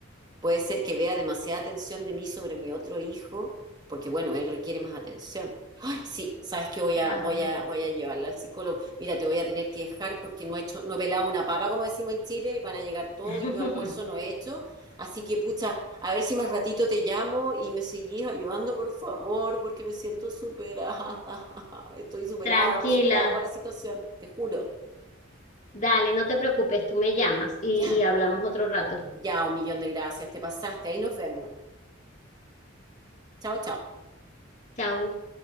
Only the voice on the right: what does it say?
Puede ser que vea demasiada atención de mí sobre mi otro hijo, porque bueno, él requiere más atención. Ay, sí, sabes que voy
a, voy a, voy a llevarla al psicólogo. Mira, te voy a tener que dejar porque no he hecho, no he pelado una papa, como decimos en Chile, y van a llegar todos
y yo almuerzo no he hecho. Así que, pucha, a ver si más ratito te llamo y me seguís ayudando, por favor, porque me siento superada. <laughs> Estoy superada,
superada con la situación, te juro.
Ya,
ya, un millón de gracias, te pasaste. Ahí nos vemos. Chao, chao.